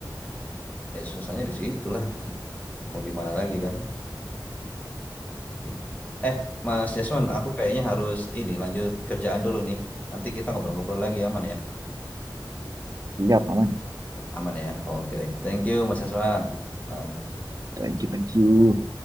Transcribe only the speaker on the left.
ya susahnya di situ lah. Mau gimana lagi kan? Gitu. Eh, Mas Yasman, aku kayaknya harus ini lanjut kerjaan dulu nih. Nanti kita ngobrol-ngobrol lagi aman ya?
Aman ya. Oke deh. Thank you Mas Yasman. Um,